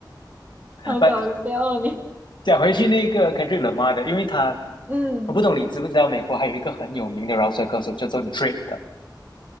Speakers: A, on the right; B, on the left.
A: 好搞笑哦你，
B: 不，讲回去那个 Kendrick Lamar 的，因为他
A: 嗯，
B: 我不懂你知不知道美国还有一个很有名的饶舌歌手叫做 Drake 的，